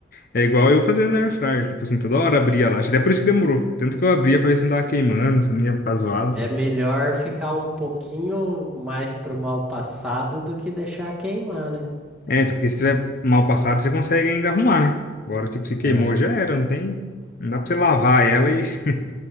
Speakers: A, on the left; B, in the centre.
A: é igual eu fazendo na air fryer. Tipo assim, toda hora abria lá. Acho que Até por isso que demorou. Tanto que eu abria pra ver se não tava queimando, se não ia ficar zoado.
B: É melhor ficar um pouquinho mais pro mal passado do que deixar queimar, né?
A: É, tipo, porque se tiver mal passado, você consegue ainda arrumar, né? Agora, tipo, se
B: É.
A: queimou, já era, não tem. Não dá pra você lavar ela e <laughs>